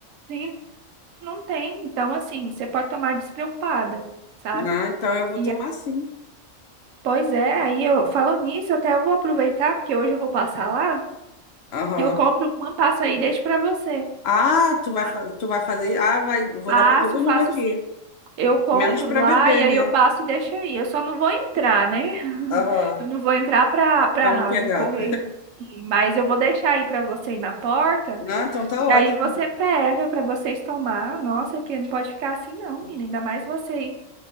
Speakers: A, on the right; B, on the left.
A: sim, não tem. Então, assim, você pode tomar despreocupada, sabe?
B: Ah, então eu vou
A: E
B: tomar
A: eu-
B: sim.
A: pois é, aí eu falo nisso, até eu vou aproveitar, porque hoje eu vou passar lá.
B: Aham.
A: Eu compro uma, passo aí e deixo para você.
B: Ah, tu vai,
A: tá?
B: fa- tu vai fazer. Ah, vai, vou
A: Passo,
B: dar para todo
A: faço
B: mundo aqui.
A: sim. Eu compro
B: Menos para
A: lá
B: bebê,
A: e aí
B: né?
A: eu passo e deixo aí. Eu só não vou entrar, né? <laughs>
B: Aham.
A: Eu não vou entrar pra, pra
B: Pra não pegar.
A: não correr. Mas eu vou deixar aí pra você ir na porta
B: Não, então tá
A: e
B: ótimo.
A: aí você pega pra vocês tomar. Nossa, que não pode ficar assim não, menina. Ainda mais você aí